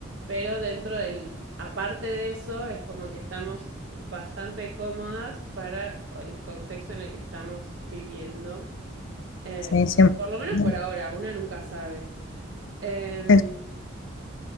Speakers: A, on the right; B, on the left.
A: pero dentro del, aparte de eso, es como que estamos bastante cómodas para el contexto en el que estamos viviendo. Eh,
B: Sí, 100%.
A: por lo menos por ahora, una nunca sabe. Eh,
B: Es-